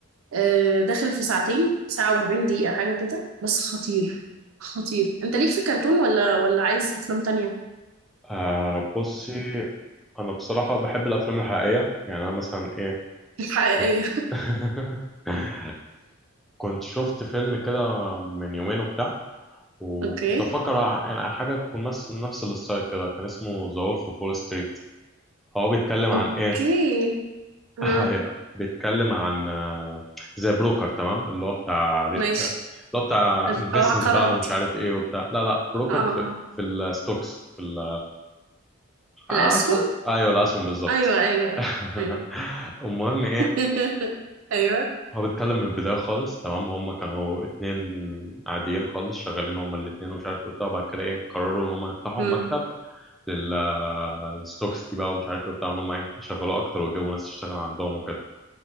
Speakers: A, on the right (about 70°); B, in the centre.
A: آه، داخل في ساعتين ساعة و40 دقيقة حاجة كده بس خطير خطير انت ليك في الكرتون ولا ولا عايز افلام تانية
B: آه بصي أنا بصراحة بحب الأفلام الحقيقية يعني أنا مثلا إيه
A: <laughs> حقيقية
B: كنت <laughs> كنت شفت فيلم كده من يومين وبتاع وكنت
A: اوكي
B: بفكر ع- يعني حاجة تكون مثل نفس الستايل كده كان اسمه ذا وولف أوف وول ستريت هو بيتكلم عن
A: اوكي
B: إيه
A: ها
B: آه، هي بيتكلم عن آه، زي بروكر تمام اللي هو بتاع ري-
A: ماشي
B: آه، اللي هو بتاع
A: ال-
B: انفستمنت
A: العقارات
B: بقى ومش عارف ايه وبتاع لا لا بروكر
A: اه
B: في
A: اه
B: في الستوكس في ال- عارفه
A: الأسهم
B: انت ايوه الاسهم بالظبط
A: أيوه أيوه أيوه
B: <laughs>
A: أيوه
B: المهم ايه
A: <laughs> أيوه
B: هو بيتكلم من البدايه خالص تمام هم كانوا اتنين عاديين خالص شغالين هم الاتنين ومش عارف ايه وبتاع وبعد كده ايه قرروا ان هم يفتحوا
A: مم.
B: مكتب للستوكس دي بقى ومش عارف ايه وبتاع ان هم ايه يشغلوه اكتر ويجيبوا ناس تشتغل عندهم وكده